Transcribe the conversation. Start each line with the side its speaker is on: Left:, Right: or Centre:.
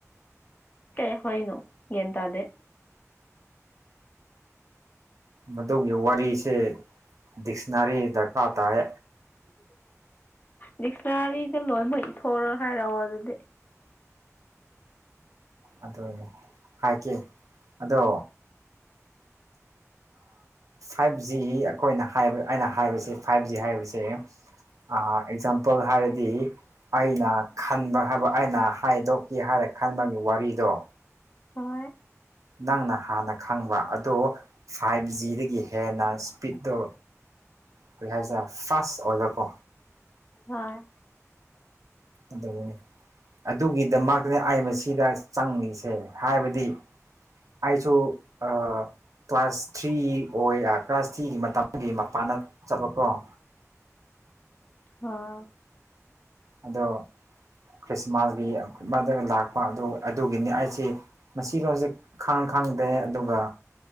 Left: ꯀꯩ ꯍꯣꯏꯅꯣ ꯒꯌ꯭ꯥꯟ ꯇꯗꯦ
Right: ꯃꯗꯨꯒꯤ ꯋꯥꯔꯤꯁꯦ ꯗꯤꯛꯁꯅꯥꯔꯤ ꯗꯔꯀꯥꯔ ꯇꯥꯏ
Left: ꯗꯤꯁ꯭ꯔꯥꯔꯤ ꯏ ꯂꯣꯏ ꯃꯣꯏ ꯊꯣꯔ ꯍꯥꯏꯔꯛꯑꯣ ꯑꯗꯨꯗꯤ
Right: ꯑꯗꯨꯅꯦ ꯍꯥꯏꯀꯦ ꯑꯗꯣ ꯐꯥꯏꯚ ꯖꯤ ꯑꯩꯈꯣꯏꯅ ꯍꯥꯏꯕ ꯑꯩꯅ ꯍꯥꯏꯕꯁꯦ ꯐꯥꯏꯚ ꯖꯤ ꯍꯥꯏꯕꯁꯦ ꯑ ꯑꯦꯛꯖꯥꯝꯄꯜ ꯍꯥꯏꯔꯗꯤ ꯑꯩꯅ ꯈꯟꯕ ꯍꯥꯏꯕ ꯑꯩꯅ ꯍꯥꯏꯗꯣꯛꯀꯦ ꯍꯥꯏꯔ ꯈꯟꯕꯒꯤ ꯋꯥꯔꯤꯗꯣ
Left: ꯍꯣꯏ
Right: ꯅꯪꯅ ꯍꯥꯟꯅ ꯈꯪꯕ ꯑꯗꯣ ꯐꯥꯏꯚ ꯖꯤꯗꯒꯤ ꯍꯦꯟꯅ ꯏꯁꯄꯤꯠꯇꯠꯇꯣ ꯀꯩ ꯍꯥꯏꯁꯤꯔꯥ ꯐꯥꯁ ꯑꯣꯏꯕꯀꯣ
Left: ꯍꯣꯏ
Right: ꯑꯗꯨꯅꯦ ꯑꯗꯨꯒꯤꯗꯃꯛꯇꯅꯤ ꯑꯩ ꯃꯁꯤꯗ ꯆꯪꯉꯤꯁꯦ ꯍꯥꯏꯕꯗꯤ ꯑꯩꯁꯨ ꯑ ꯀ꯭ꯂꯥꯁ ꯊ꯭ꯔꯤ ꯑꯣꯏ ꯀ꯭ꯂꯥꯁ ꯊ꯭ꯔꯤꯒꯤ ꯃꯇꯝꯒꯤ ꯃꯄꯥꯟꯗ ꯆꯠꯂꯄ꯭ꯔꯣ ꯍꯤ
Left: ꯍꯥ
Right: ꯑꯗꯣ ꯈ꯭ꯔꯤꯁꯃꯥꯁꯒꯤ ꯂ ꯑꯗꯨ ꯑꯗꯨꯒꯤꯅꯤ ꯑꯩꯁꯤ ꯃꯁꯤ ꯂꯣꯟꯁꯤ ꯈꯪ ꯈꯪꯗꯦ ꯑꯗꯨꯒ